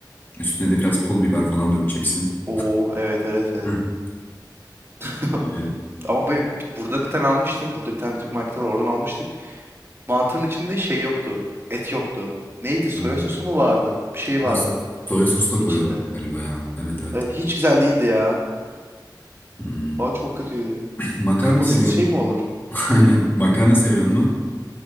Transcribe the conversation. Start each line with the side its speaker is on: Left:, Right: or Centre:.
Left: Üstüne de biraz pul biber falan dökeceksin.
Right: Oo evet evet evet.
Left: Hı.
Right: <laughs>
Left: Öyle.
Right: Ama bu- burada bir tane almıştım. Burada bir tane Türk marketi var. Oradan almıştık. Mantının içinde şey yoktu. Et yoktu. Neydi? Soya
Left: Ha.
Right: sosu mu vardı? Bir şey vardı
Left: Ha, Soya sos da
Right: içinde.
Left: koyuyorlar galiba ya. Evet evet.
Right: Evet hiç güzel değildi ya.
Left: Hmm.
Right: Valla çok kötüydü.
Left: <clears throat> Makarna
Right: Kıymasız
Left: seviyorum.
Right: şey mi olur?
Left: <laughs> Aynen. Makarna seviyor mu?